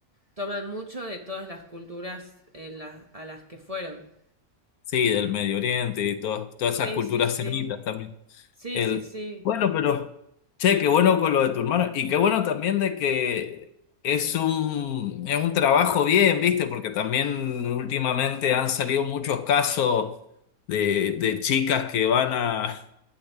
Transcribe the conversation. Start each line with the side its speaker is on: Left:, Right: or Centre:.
Right: toman mucho de todas las culturas en la- a las que fueron.
Left: Sí, del Medio Oriente y todas todas esas
Right: Sí,
Left: culturas
Right: sí, sí,
Left: semitas también.
Right: sí,
Left: El,
Right: sí, sí.
Left: bueno, pero, che, qué bueno con lo de tu hermano y qué bueno también de que es un, es un trabajo bien, ¿viste? Porque también últimamente han salido muchos casos de, de chicas que van a,